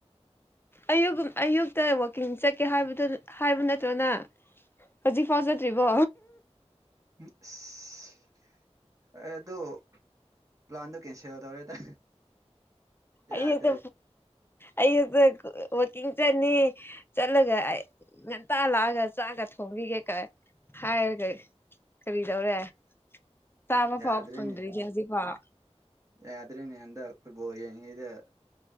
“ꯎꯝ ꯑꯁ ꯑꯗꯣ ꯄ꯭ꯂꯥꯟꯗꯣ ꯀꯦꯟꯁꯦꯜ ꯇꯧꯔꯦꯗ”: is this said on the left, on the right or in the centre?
Right